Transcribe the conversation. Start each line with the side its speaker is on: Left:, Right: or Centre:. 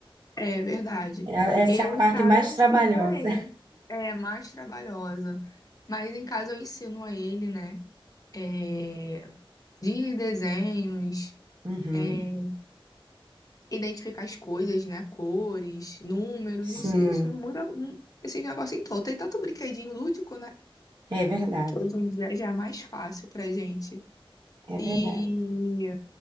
Left: é verdade.
Right: É- Essa
Left: Eu
Right: é a
Left: em
Right: parte
Left: casa
Right: mais
Left: ensino
Right: trabalhosa.
Left: a ele,
Right: <laughs>
Left: é mais trabalhosa, mas em casa eu ensino a ele, né? é, de desenhos,
Right: Uhum.
Left: é, identificar as coisas, né? Cores, números,
Right: Sim,
Left: isso, isso não muda um- esses negócios em todo. Tem tanto brinquedinho lúdico, né?
Right: é verdade,
Left: Que hoje em dia já é mais fácil pra gente.
Right: é
Left: E
Right: verdade.